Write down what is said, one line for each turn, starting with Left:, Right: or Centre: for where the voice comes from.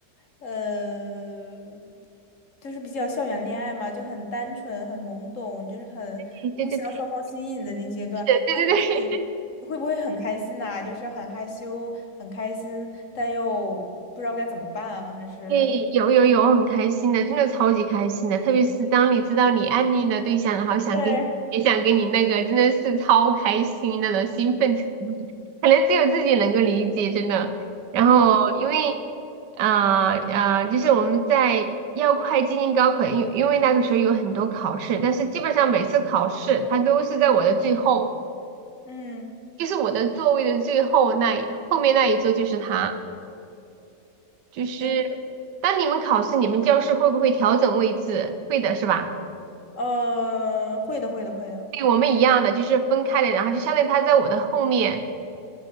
Left: 呃，就是比较校园恋爱嘛，就很单纯、很懵懂，就是很互相双方吸引的那阶段。
Right: 对对对对对对对，
Left: 那这个时候你你会不会很开心呐、就是很害羞、很开心，但又不知道该怎么办啊？还是
Right: 诶，有有有，很开心的，真的超级开心的。特别是当你知道你暗恋的对象，然后想跟也想跟你那个，
Left: 对，
Right: 真的是超开心那种兴奋程度，可能只有自己能够理解，真的。然后因为
Left: 嗯
Right: 啊啊、呃呃就是我们在要快接近高考，因因为那个时候有很多考试，但是基本上每次考试他都是在我的最后，
Left: 嗯
Right: 就是我的座位的最后那一后面那一周就是他。就是当你们考试，
Left: 嗯，
Right: 你们教室会不会调整位置？会的，是吧？
Left: 呃，会的，会的，会的。
Right: 对我们一样的，就是分开的，然后就相当于他在我的后面，